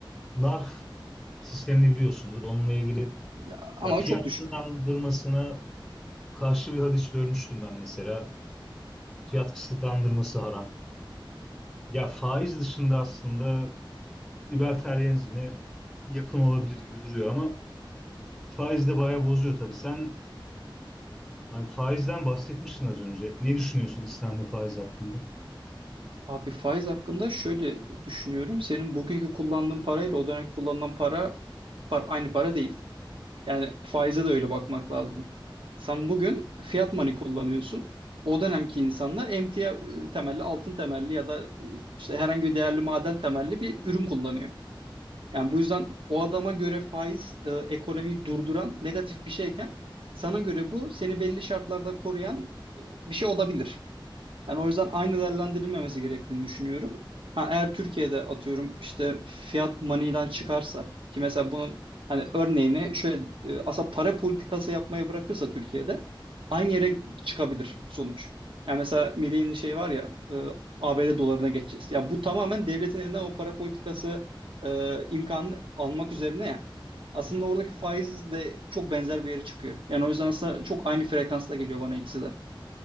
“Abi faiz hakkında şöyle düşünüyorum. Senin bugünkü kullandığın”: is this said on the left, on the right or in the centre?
Right